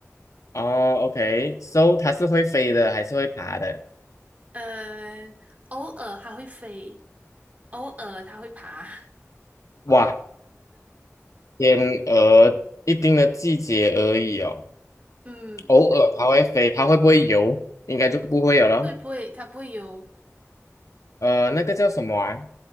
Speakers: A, on the left (about 80°); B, on the right (about 30°).
A: 哦，OK，so 它是会飞的还是会爬的？
B: 呃，偶尔它会飞，偶尔它会爬。
A: 哇，天鹅一定的季节而已哦，
B: 嗯，
A: 偶尔它会飞，它会不会游？应该就不会有了。
B: 不会不会，它不会游。
A: 呃，那个叫什么啊？